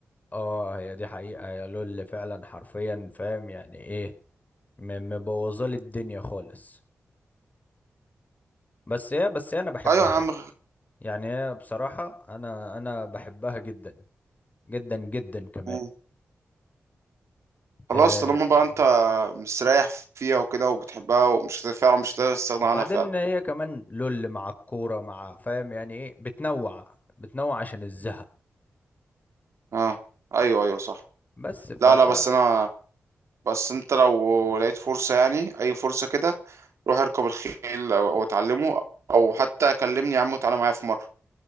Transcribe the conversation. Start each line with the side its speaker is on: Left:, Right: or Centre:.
Left: اه هي دي حقيقة يا لول فعلا حرفيا فاهم يعني ايه م- مبوظه لي الدنيا خالص بس هي بس هي انا بحبها
Right: ايوه يا عم
Left: يعني هي بصراحه انا انا بحبها جدا جدا جدا كمان
Right: مم.
Left: آه
Right: خلاص طالما بقى انت مستريح فيها وكده وبتحبها ومش هت- فعلا مش هتقدر تستغنى
Left: وبعدين
Right: عنها فعلا
Left: هي كمان لول مع الكوره مع فاهم يعني ايه بتنوع بتنوع عشان الزهق
Right: اه ايوه ايوه صح
Left: بس ف
Right: لا
Left: ف
Right: لا بس انا بس انت لو لقيت فرصة يعني اي فرصة كده روح اركب الخيل او, أو اتعلمه او حتى كلمني يا عم وتعالى معايا في مرة